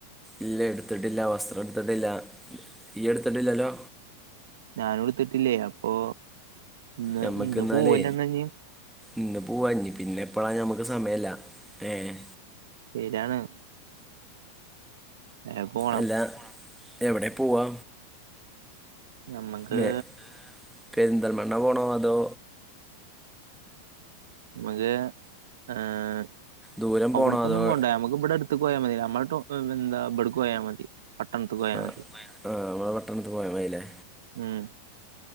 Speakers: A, in the centre; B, on the right.
A: ഇല്ലേ ഇട്ത്തിട്ടില്ല വസ്ത്രട്ത്ത്ട്ടില്ല. ഇയ്യ്ട്ത്തിട്ടില്ലല്ലോ?
B: ഞാനുട്ത്തിട്ടില്ലേ അപ്പോ, ഇന്ന്
A: ഞമ്മക്ക്
B: ഇന്ന്
A: എന്നാലേ
B: പോവല്ലെന്നാഞ്ഞ്?
A: ഇന്ന് പോവാ ഞ്ഞ് പിന്നെപ്പളാ ഞമ്മക്ക് സമയല്ല. ഏഹ്
B: <unintelligible> വേം പോണം
A: അല്ല, എവിടെ പോവാ?
B: ഞമ്മക്ക്
A: മേ പെരിന്തൽമണ്ണ പോണോ, അതോ
B: ഞമ്മക്ക് ഏഹ്
A: ദൂരം
B: അവ്ട്ക്കൊന്നും
A: പോണോ അതോ
B: പോണ്ട നമ്മക് ഇബടെ അട്ത്ത്ക്ക് പോയാ മതി, നമ്മളെ ട്ടൊ എന്താ ബട്ക്ക് പോയാ മതി പട്ടണത്ത്ക്ക് പോയാ
A: ആഹ്
B: മതി
A: ആഹ്, നമ്മളെ പട്ടണത്ത്ക്ക് പോയാ മതിലേ.
B: ഉം